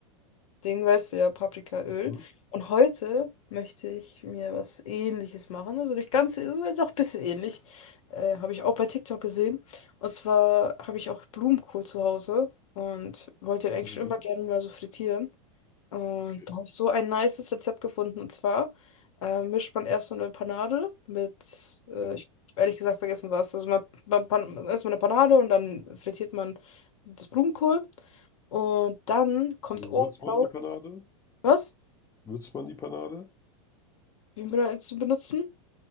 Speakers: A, on the left; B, on the left.
A: weißt du ja, Paprikaöl.
B: hm,
A: Und heute möchte ich mir was Ähnliches machen, also nicht ganz, also doch ein bisschen ähnlich. Äh, habe ich auch bei TikTok gesehen. Und zwar habe ich auch Blumenkohl zu Hause und wollte den eigentlich
B: mhm.
A: schon immer gerne mal so frittieren. Und
B: Okay,
A: da habe ich so ein nices Rezept gefunden. Und zwar äh, mischt man erst so eine Panade mit, äh,
B: ja.
A: ich hab ehrlich gesagt vergessen was. Also man, man, man erst mal eine Panade und dann frittiert man das Blumenkohl. Und dann kommt
B: Also
A: oben
B: würzt
A: drauf,
B: man die Panade?
A: was?
B: Würzt man die Panade?
A: Wie bene- zu benutzen?